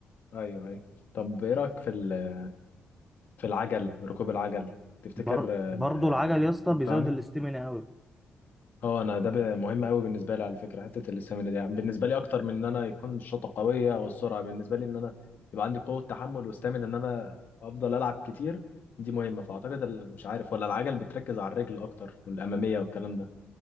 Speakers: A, on the left; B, in the centre.
A: ايوه ايوه طب ايه رايك في ال- في العجل ركوب العجل تفتكر
B: بر...
A: آه،
B: برضو
A: آه،
B: العجل يا اسطى
A: ينفعني
B: بيزود الاستمنة أوي
A: اه انا ده ب- مهم قوي بالنسبه لي على فكره حته الاستامينا دي يعني بالنسبه لي اكتر من ان انا يكون الشوطه قويه او السرعه بالنسبه لي ان انا يبقى عندي قوه تحمل واستامينا ان انا افضل العب كتير دي مهمه فاعتقد ال- مش عارف ولا العجل بتركز على الرجل اكتر والاماميه والكلام ده